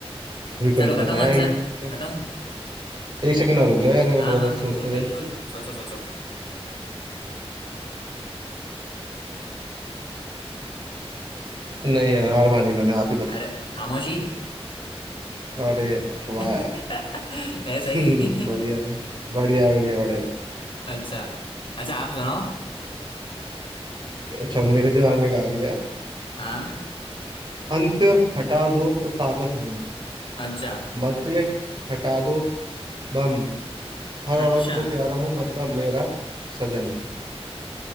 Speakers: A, on the right; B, on the left.
A: डिफिकल्ट
B: चलो
A: तो
B: बताऊँ
A: है
B: आंसर
A: ही क्या
B: बताऊँ
A: एक सेकंड और रुक जाओ यार मेरे
B: हाँ
A: को थोड़ा
B: हाँ
A: सा
B: बिल्कुल
A: सोचने
B: बिल्कुल
A: दे
B: सोचो सोचो
A: नहीं यार हार मानी मैंने आप ही बता
B: अरे खामोशी
A: अरे
B: <laughs>
A: वाह यार
B: है
A: <laughs>
B: सही
A: बढ़िया बढ़िया बढ़िया बढ़िया
B: अच्छा अच्छा आप सुनाओ
A: अच्छा मेरे दिमाग में क्या आ रही है
B: हाँ
A: अंत हटा दो तो ताकत हूँ
B: अच्छा
A: मध्य हटा दो बम हर
B: अच्छा
A: औरत को प्यारा हूँ मतलब मेरा सजन